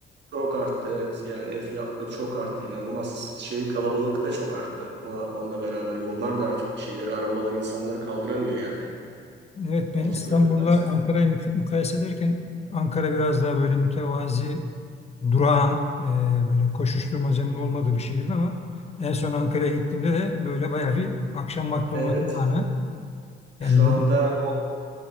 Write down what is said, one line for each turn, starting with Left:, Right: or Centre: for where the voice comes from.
Right: Çok arttı evet. Yani ev fiyatları çok arttı inanılmaz. Şey kalabalık da çok arttı. Ona, onunla beraber yollar da artık şeyleri arabalar insanları kaldıramıyor yani.
Left: Evet
Right: Altyapı
Left: ben İstanbul'la
Right: maalesef.
Left: Ankara'yı mük- mukayese ederken Ankara biraz daha böyle mütevazi, durağan, e, böyle koşuşturmacanın olmadığı bir şehirdi ama en son Ankara'ya gittiğimde de böyle bayağı bir akşam vakti
Right: Evet.
Left: olmasına rağmen
Right: Şu
Left: yani
Right: anda o